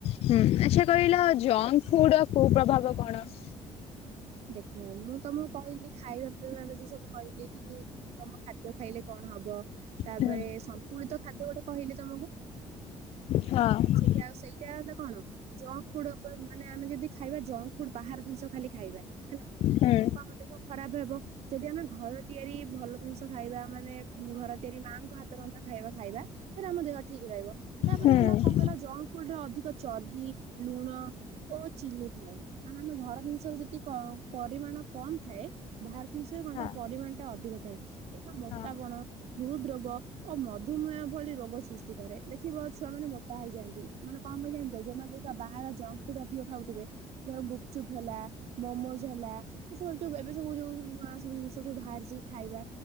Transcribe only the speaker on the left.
ହୁଁ ଆଚ୍ଛା କହିଲା ଜଙ୍କ ଫୁଡ ର କୁ ପ୍ରଭାବ କଣ? <inaudible>
ହୁଁ
ହଁ
ହୁଁ
ହୁଁ
ହଁ
ହଁ